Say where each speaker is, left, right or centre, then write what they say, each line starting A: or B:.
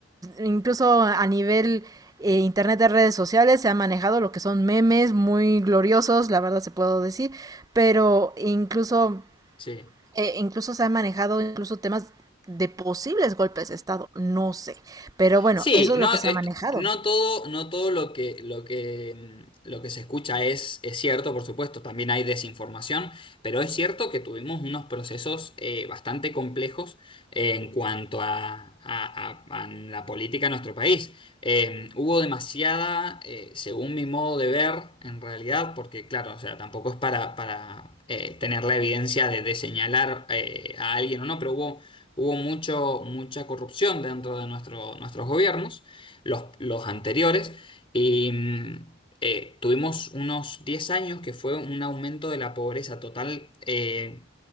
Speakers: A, on the right (about 20°); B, on the left (about 25°).
A: incluso a nivel eh, internet de redes sociales se ha manejado lo que son memes muy gloriosos, la verdad se puedo decir, pero incluso
B: Sí.
A: eh, incluso se han manejado incluso temas de posibles golpes de Estado, no sé. Pero bueno,
B: Sí,
A: eso es
B: no,
A: lo que se
B: est-
A: ha manejado,
B: no todo, no todo lo que, lo que, mm, lo que se escucha es, es cierto, por supuesto, también hay desinformación, pero es cierto que tuvimos unos procesos eh, bastante complejos eh, en cuanto a, a- a- a la política de nuestro país. Eh, hubo demasiada, eh, según mi modo de ver, en realidad, porque claro, o sea, tampoco es para, para eh, tener la evidencia de, de señalar eh, a alguien o no, pero hubo Hubo mucho, mucha corrupción dentro de nuestro- nuestros gobiernos, los, los anteriores, y mm, eh, tuvimos unos 10 años que fue un aumento de la pobreza total eh,